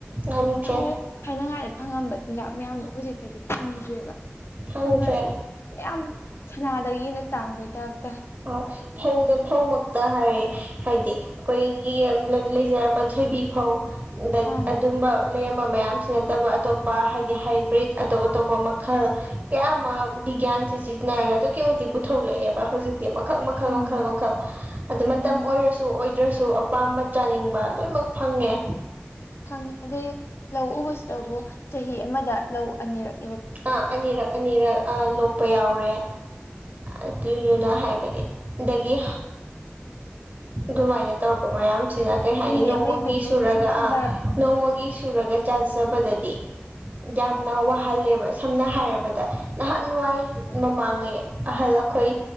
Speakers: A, on the right (about 40°); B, on the left (about 65°).
A: ꯉꯝꯗ꯭ꯔꯦ
B: ꯅꯍꯥꯟꯋꯥꯏ ꯊꯥꯏꯅꯉꯥꯏꯗ ꯐꯪꯉꯝꯕ ꯆꯤꯟꯖꯥꯛ ꯃꯌꯥꯝꯗꯣ ꯍꯧꯖꯤꯛꯇꯗꯤ ꯐꯪꯗ꯭ꯔꯦꯕ
A: ꯐꯪꯗ꯭ꯔꯦ
B: ꯐꯪꯉꯁꯨ ꯃꯌꯥꯝ ꯁꯅꯥꯗꯒꯤ ꯍꯟꯅ ꯇꯥꯡꯕꯩꯇꯥꯕꯇ
A: ꯑꫭ ꯐꯧꯗ ꯐꯧ ꯃꯛꯇ ꯍꯥꯏꯔꯦ ꯍꯥꯏꯗꯤ ꯑꯩꯈꯣꯏꯒꯤ ꯂꯩꯖꯔꯝꯕ ꯊꯣꯏꯕꯤ ꯐꯧ
B: ꯑꯥ
A: ꯑꯗꯨꯝꯕ ꯂꯩꯔꯝꯕ ꯃꯌꯥꯝꯁꯤ ꯅꯠꯇꯕ ꯑꯇꯣꯞꯄ ꯍꯥꯏꯗꯤ ꯍꯥꯏꯕ꯭ꯔꯤꯠ ꯑꯇꯣꯞ ꯑꯇꯣꯞꯄ ꯃꯈꯜ ꯀꯌꯥ ꯑꯃ ꯒ꯭ꯌꯥꯟꯁꯦ ꯁꯤꯖꯤꯟꯅꯔꯒ ꯑꯗꯨꯛꯀꯤ ꯃꯇꯤꯛ ꯄꯨꯊꯣꯛꯂꯛꯑꯦꯕ ꯍꯧꯖꯤꯛ ꯃꯈꯜ ꯃꯈꯜ
B: ꯎꯝ
A: ꯃꯈꯜ ꯃꯈꯜ ꯑꯗꯨ ꯃꯇꯝ
B: ꯎꯝ
A: ꯑꯣꯏꯔꯁꯨ ꯑꯣꯏ ꯗ꯭ꯔꯁꯨ ꯑꯄꯥꯝꯕ ꯆꯥꯅꯤꯡꯕ ꯂꯣꯏꯅꯃꯛ ꯐꯪꯉꯦ
B: ꯐꯪꯉꯤ ꯑꯗꯩ ꯂꯧ ꯎꯕꯁꯤꯇꯕꯨ ꯆꯍꯤ ꯑꯃꯗ ꯂꯧ ꯑꯅꯤꯔꯛ
A: ꯑꯥ ꯑꯅꯤꯔ ꯑꯅꯤꯔ ꯑ ꯂꫭꯛ ꯛꯄꯥ ꯌꯥꯎꯔꯦ ꯑꯗꯨꯗꯨꯅ ꯍꯥꯏꯕꯗꯤ ꯑꯗꯒꯤ ꯑꯗꯨꯃꯥꯏꯅ ꯇꯧꯔꯛꯄ ꯃꯥꯏꯌꯥꯝ ꯁꯤꯅ ꯀꯩ ꯍꯥꯏꯅꯤ
B: ꯃꯤ
A: ꯅꯣꯡꯃꯒꯤ
B: ꯑꯃꯒꯤ ꯚꯦꯂꯨꯁꯦ
A: ꯁꯨꯔꯒ
B: ꯁꯨꯝ ꯍꯟꯊꯔꯛꯄꯁꯦ
A: ꯑꯥ ꯅꯣꯡꯃꯒꯤ ꯁꯨꯔꯒ ꯆꯥꯖꯕꯗꯗꯤ ꯌꯥꯝꯅ
B: ꯑꯥ
A: ꯋꯥꯍꯟꯂꯦꯕ ꯁꯝꯅ ꯍꯥꯏꯔꯕꯗ ꯅꯍꯥꯟꯋꯥꯏ ꯃꯃꯥꯡꯉꯩ ꯑꯍꯜ ꯑꯩꯈꯣꯏ